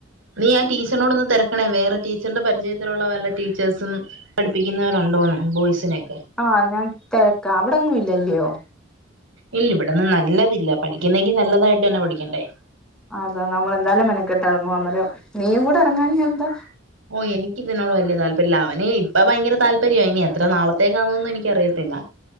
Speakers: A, on the right; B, in the centre.
A: നീ ആ ടീച്ചറിനോടൊന്ന് തിരക്കണേ വേറെ ടീച്ചറിന്റെ പരിയത്തിലുള്ള വല്ല ടീച്ചേഴ്സും പഠിപ്പിക്കുന്നവരുണ്ടോന്ന് ബോയ്സിനെൊക്കെ
B: ആഹ് ഞാൻ തിരക്ക അവിടെങ്ങും ഇല്ലല്യോ
A: ഇല്ല ഇവിടെന്നും നല്ലതില്ല പഠിക്കുന്നെങ്കി നല്ലതായിട്ട് തന്നെ പഠിക്കണ്ടേ
B: അതെ നമ്മളെന്തായാലും മെനക്കെട്ട് എറങ്ങുവ അന്നെരം നീയുംകുടെ എറങ്ങാഞ്ഞതെന്താ
A: ഓഹ് എനിക്ക് ഇതിനോട് വല്യ താല്പര്യില്ല അവന് ഇപ്പ ഭയങ്കര താല്പര്യവ ഇനി എത്ര നാളത്തേക്കാന്നൊന്നും എനിക്കറിയത്തില്ല